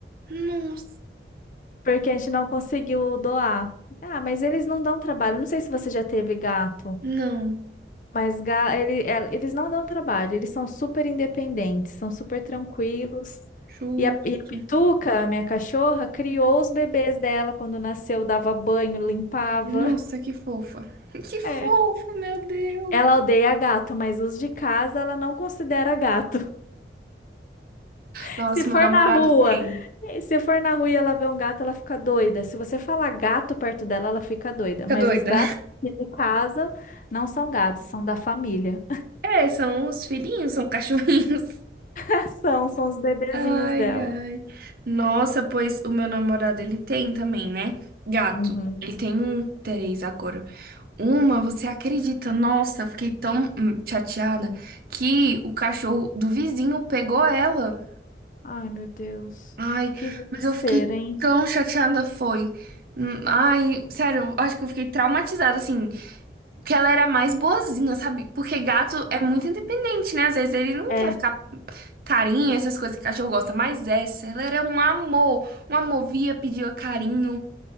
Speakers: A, on the right; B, on the left.
A: Nossa.
B: <laughs> porque a gente não conseguiu doar. Ah, mas eles não dão trabalho. Não sei se você já teve gato.
A: Não.
B: Mas ga- ele- el- eles não dão trabalho, eles são super independentes, são super tranquilos.
A: Justo.
B: E a, e a Pituca, minha cachorra, criou
A: Uhum.
B: os bebês dela quando nasceu, dava banho, limpava.
A: Nossa,
B: <laughs>
A: que fofa. <laughs> Que fofo,
B: É.
A: meu Deus.
B: Ela odeia gato, mas os de casa ela não considera gato. <laughs>
A: Nossa,
B: Se for
A: meu namorado
B: na rua,
A: tem.
B: se for na rua e ela vê um gato, ela fica doida. Se você falar gato perto dela, ela fica doida.
A: Fica
B: Mas
A: doida.
B: os gatos de casa não são gatos, são da família.
A: É, são os filhinhos, são cachorrinhos.
B: <laughs> São, são os bebezinhos
A: <laughs> Ai,
B: dela.
A: ai. Nossa, pois o meu namorado, ele tem também, né? Gato.
B: Uhum.
A: Ele tem um três agora. Uma, você acredita? Nossa, eu fiquei tão hum, chateada que o cachorro do vizinho pegou ela.
B: Ai, meu Deus.
A: Ai,
B: Que desespero,
A: mas eu fiquei
B: hein?
A: tão chateada, foi. Hum, Ai, sério, eu acho que eu fiquei traumatizada, assim, porque ela era mais boazinha, sabe? Porque gato
B: Ah,
A: é muito independente, né? Às vezes ele não
B: é,
A: quer ficar carinho, essas coisas que cachorro gosta, mas essa, ela era um amor, um amor, via, pedia carinho.